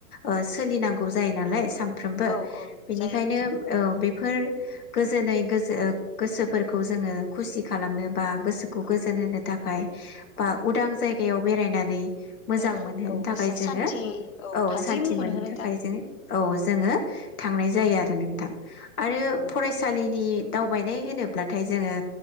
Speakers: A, on the left; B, on the left.
A: ओ सोलिनांगौ जायो नालाय साम फ्रोमबो
B: औ औ
A: बेनिखायनो
B: जायो नोंथां
A: औ बे फोर गोजोनै गोजो गोसोफोरखौ जोङो खुसि खालामनो बा गोसोखौ
B: औ
A: गोजोन होनो थाखाय
B: औ
A: बा उदां जाय बेयाव बेरायनानै मोजां
B: बेराय
A: मोनहोनो
B: औ
A: थाखाय
B: गोसो
A: जोङो
B: सान्थि
A: औ
B: थाजिम
A: सान्थि
B: मोनहोनो
A: मोननो थाखाय जो औ जोङो थांनाय जायो
B: औ
A: आरो नोंथां आरो
B: औ
A: फरायसालिनि दावबायनाय होनोब्लाथाय जोङो